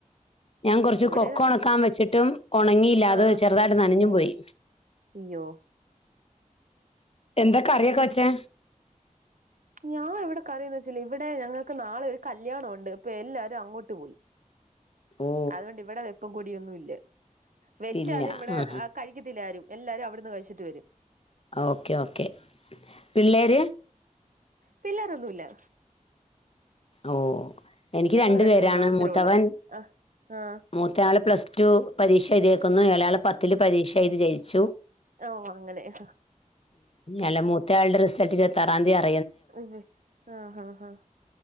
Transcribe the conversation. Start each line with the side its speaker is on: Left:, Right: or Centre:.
Left: ഞാൻ കൊറച്ച്
Right: ഇവിടെ
Left: കൊക്കോ ഒണക്കാൻ വെച്ചിട്ടും ഒണങ്ങിയില്ലാത്
Right: ആഹ്
Left: ചെറുതായിട്ട് നനഞ്ഞും
Right: ഓ
Left: പോയി
Right: അയ്യോ
Left: എന്താ കറിയെക്കെ
Right: ആഹ്
Left: വെച്ചേ
Right: ഞാൻ ഇവടെ കറിയെന്ന് വെച്ചില്ലാ ഇവടെ ഞങ്ങക്ക് നാളെ ഒര് കല്യാണയെണ്ട് പ്പം എല്ലാരും അങ്ങോട്ട് പോയി
Left: ഓ
Right: അതുകൊണ്ട് ഇവടെ വെപ്പം കുടി കുടിയെന്നുംമില്ലാ വെച്ചാലും
Left: ഇല്ല
Right: ഇവടെ
Left: ആ
Right: കഴിക്കത്തില്ല ആരും എല്ലാരും അവടെന്ന് കഴിച്ചിട്ട് വരും
Left: ഓക്കെ ഓക്കെ പിള്ളേര്
Right: പിള്ളോരൊന്നുമില്ലാ
Left: ഓ എനിക്ക്
Right: ഞങ്ങള്
Left: രണ്ടു
Right: രണ്ടുപേരും
Left: പേരാണ്
Right: മാത്രേ
Left: മൂത്തവൻ
Right: ഉള്ളൂ ആ ആ
Left: മൂത്തെള് പ്ലസ് ടു പരീക്ഷ എഴതേക്ക്ന്ന് ഇളയാള് പത്തില് പരീക്ഷ എഴുതി ജെയിച്ചു
Right: ഓ അങ്ങനെ ആ
Left: അല്ലാ മൂത്തയാളുടെ റിസൾട്ട്‌ ഇരുപത്തിആറാതീയതി അറി
Right: ഉവ്വ് ആ ആ ആ